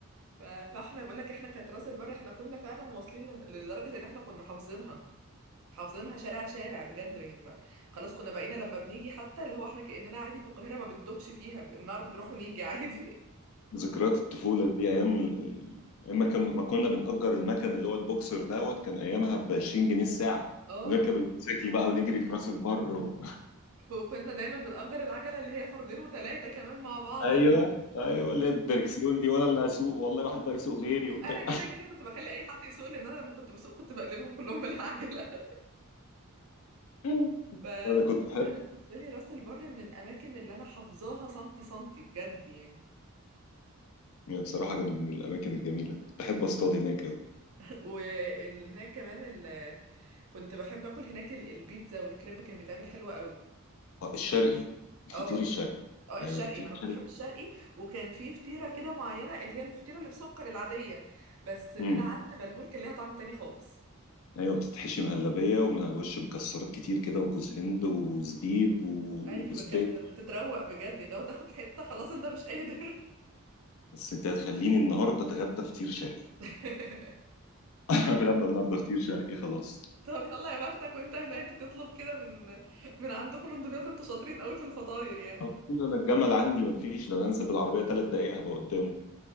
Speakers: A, on the right; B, on the left.
A: ف... فاحنا بقول لك احنا كانت راس البر احنا كنا فعلا واصلين لم- لدرجه ان احنا كنا حافظينها حافظينها شارع شارع بجد يعني ما... خلاص كنا بقينا لما بنيجي حتى اللي هو احنا كاننا عادي في القاهره ما بنتوهش فيها بنعرف نروح ونيجي عادي
B: ذكريات الطفولة دي أيام ال- ال- أيام ما كان ما كنا بنأجر المكن اللي هو البوكسر دوت كان أيامها ب 20 جنيه الساعة
A: <laughs> اه
B: ونركب الموتوسيكل بقى ونجري في راس البر و...
A: وكنا دايما بنأجر العجله اللي هي فردين وثلاثه كمان مع
B: <laughs>
A: بعض
B: أيوه أيوه اللي هي الدركسيون دي وأنا اللي أسوق والله ما حد هيسوق غيري وبتاع
A: انا كده كده كنت بخلي اي حد يسوق لان انا لما كنت بسوق كنت بقلبهم كلهم بالعجله <laughs>
B: <laughs>
A: ف... فلا
B: أنا كنت أحب
A: انا بالنسبه لي راس البر من الاماكن اللي انا حافظاها سنتي سنتي بجد يعني
B: يعني بصراحة كانت من الأماكن الجميلة كنت أحب أصطاد هناك أوي
A: <laughs> وهناك كمان ال... كنت بحب اكل هناك ال- البيتزا والكريب كان بيتعمل حلو قوي
B: آه، الشرقي الفطير
A: اه
B: الشرقي
A: اه
B: أيوه
A: الشرقي
B: الفطير
A: ما انا
B: الشرقي
A: كنت بحب الشرقي وكان في فطيره كده معينه اللي هي الفطيره اللي بسكر العاديه بس من
B: امم
A: عند بلبول كان ليها طعم تاني خالص
B: ايوه بتتحشي مهلبيه ومن على الوش مكسرات كتير كده وجوز هند وزبيب و-
A: ايوه
B: وسديك
A: كانت كانت بتتروق بجد يعني لو تاخد حته خلاص انت مش قادر
B: بس انت هتخليني النهارده اتغدى فطير شرقي
A: <laughs>
B: <laughs> هتغدى النهارده فطير شرقي خلاص
A: طب يلا يا بختك وانت هناك تطلب كده من من عندكم من دمياط انتوا شاطرين قوي في الفطاير يعني
B: على طول انا الجمل عندي مفيش ده انا انزل بالعربيه ثلاث دقائق هبقى قدامه